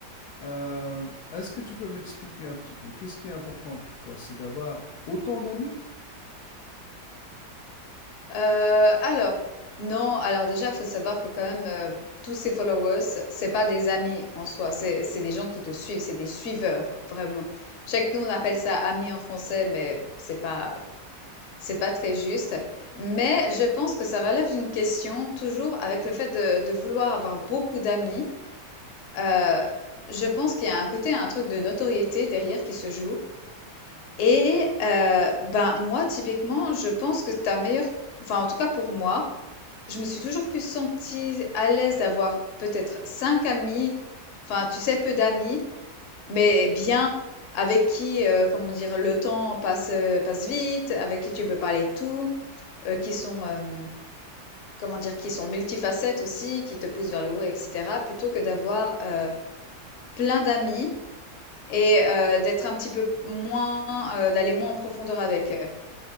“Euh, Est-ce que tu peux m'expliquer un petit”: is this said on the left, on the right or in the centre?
Left